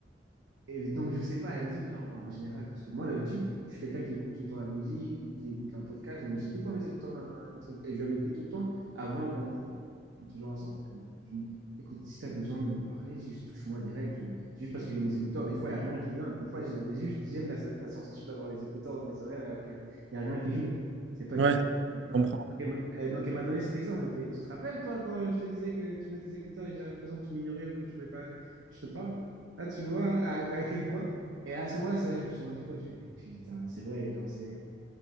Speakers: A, on the right (about 85°); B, on the right (about 65°).
A: Et donc, je sais pas, elle me dit, genre, en général, parce que moi, d'habitude, je suis quelqu'un qui écoute tout le temps la musique ou qui écoute un podcast, donc j'ai tout le temps mes écouteurs dans, dans un truc. Et je lui avais dit tout le temps, avant qu'on était en- toujours ensemble, elle me dit, écoute, si tu as besoin de me parler, juste touche-moi direct. genre. Juste parce que j'ai mes écouteurs, des fois, il n'y a rien qui vient. Des fois, j'ai- j'ai juste, j'aime la, la sensation d'avoir les écouteurs dans mes oreilles alors qu'il n'y a rien qui joue. C'est pas
B: ouais,
A: dire que
B: je
A: je fais pas.
B: comprends.
A: Donc, elle m'a euh, donc, elle m'a donné cet exemple. Elle me fait, tu te rappelles, toi, quand je te disais que tu mets tes écouteurs et j'ai l'impression que tu m'ignorais ou que tu ne voulais pas que je te parle? Là, tu vois à, à quel point. Et à ce moment-là, ça, je me suis rendu compte, j'ai dit, putain, c'est vrai, genre, c'est